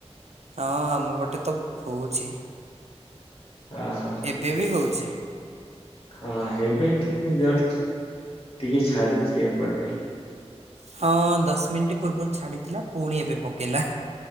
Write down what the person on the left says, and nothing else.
ହଁ ହୋ।
ହଁ ଏବେ ଟିକେ ଜଷ୍ଟ ଟିକେ ଛାଡିଛି ଏପଟେ